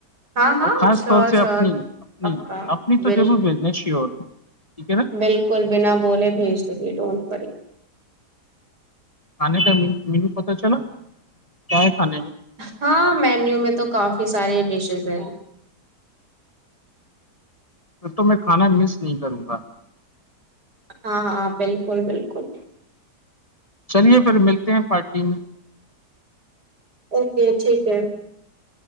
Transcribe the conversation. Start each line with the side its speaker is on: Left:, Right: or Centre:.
Right: ہاں ہاں
Left: اور خاص
Right: شور
Left: طور سے
Right: شور
Left: اپنی اپنی
Right: پکا
Left: اپنی
Right: بل
Left: تو ضرور بھیجنا شیور ٹھیک ہے نا
Right: بالکل بنا بولے بھیج دییے ڈونٹ ی
Left: کھانے کا مینو پتا چلا کیا ہے کھانے میں
Right: ہاں مینیو میں تو کافی سارے ڈشیز ہیں
Left: پ تو میں کھانا مس نہیں کروں گا
Right: ہاں ہاں بالکل بالکل
Left: چلیے پھر ملتے ہیں پارٹی میں
Right: اوکے ٹھیک ہے